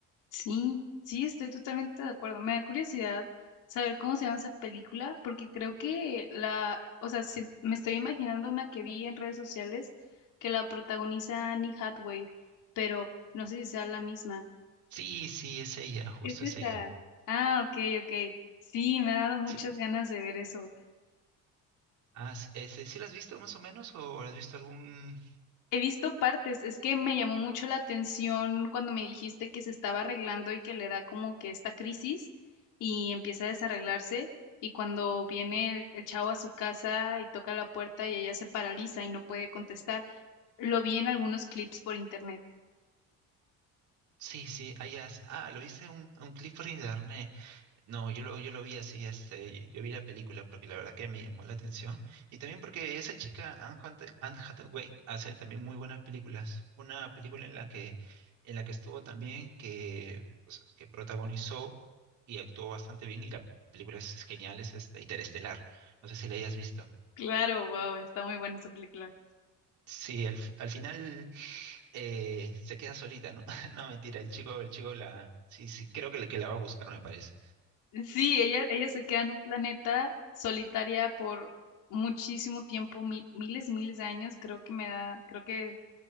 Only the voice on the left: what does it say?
Sí, sí, estoy totalmente de acuerdo. Me da curiosidad saber cómo se llama esa película, porque creo que la, o sea, si- me estoy imaginando una que vi en redes sociales que la protagoniza Annie Hathaway, pero no sé si sea la misma.
Es esa.
Ah, ok, ok. Sí, me ha dado muchas
ganas de ver eso.
He visto partes, es que me llamó mucho la atención cuando me dijiste que se estaba arreglando y que le da como que esta crisis y empieza a desarreglarse y cuando viene el, el chavo a su casa y toca la puerta y ella se paraliza y no puede contestar. Lo vi en algunos clips por internet.
Claro, wow, está muy buena esa película.
Sí, ella, ella se queda en un planeta solitaria por muchísimo tiempo, mi- miles y miles de años, creo que me da, creo que